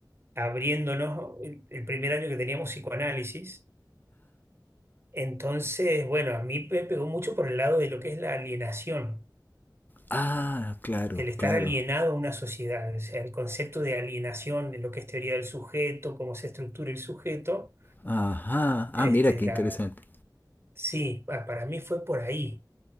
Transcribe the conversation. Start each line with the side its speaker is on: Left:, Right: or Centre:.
Right: abriéndonos el, el primer año que teníamos psicoanálisis. Entonces, bueno, a mí me pegó mucho por el lado de lo que es la alienación,
Left: Ah, claro,
Right: el estar
Left: claro.
Right: alienado a una sociedad, o sea, el concepto de alienación, de lo que es teoría del sujeto, cómo se estructura el sujeto.
Left: Ajá. Ah,
Right: Este,
Left: mira qué
Right: la,
Left: interesante.
Right: sí, pa- para mí fue por ahí.